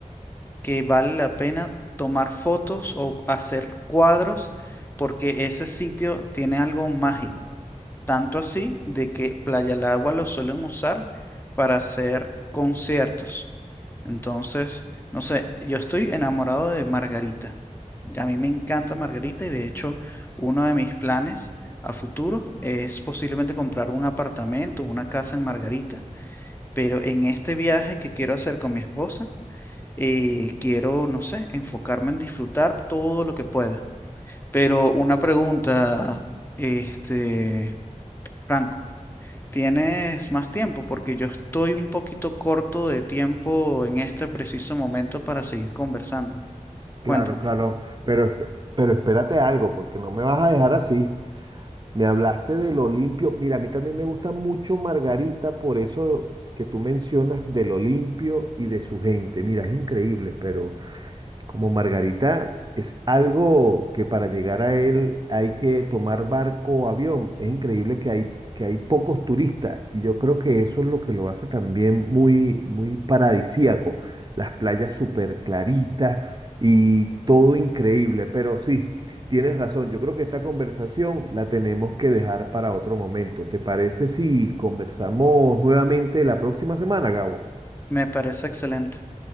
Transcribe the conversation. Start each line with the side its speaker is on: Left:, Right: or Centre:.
Left: que vale la pena tomar fotos o hacer cuadros porque ese sitio tiene algo mágico. Tanto así de que Playa del Agua lo suelen usar para hacer conciertos. Entonces, no sé, yo estoy enamorado de Margarita. A mí me encanta Margarita y de hecho uno de mis planes a futuro es posiblemente comprar un apartamento, una casa en Margarita. Pero en este viaje que quiero hacer con mi esposa, eh, quiero, no sé, enfocarme en disfrutar todo lo que pueda. Pero una pregunta, este, Franco, ¿tienes más tiempo? Porque yo estoy un poquito corto de tiempo en este preciso momento para seguir conversando.
Right: Claro,
Left: Cuéntame.
Right: claro, pero, esp- pero espérate algo, porque no me vas a dejar así. Me hablaste de lo limpio. Mira, a mí también me gusta mucho Margarita, por eso que tú mencionas de lo limpio y de su gente. Mira, es increíble, pero como Margarita es algo que para llegar a él hay que tomar barco o avión. Es increíble que hay, que hay pocos turistas y yo creo que eso es lo que lo hace también muy, muy paradisíaco. Las playas súper claritas y todo increíble. Pero sí, tienes razón. Yo creo que esta conversación la tenemos que dejar para otro momento. ¿Te parece si conversamos nuevamente la próxima semana, Gabo?
Left: Me parece excelente.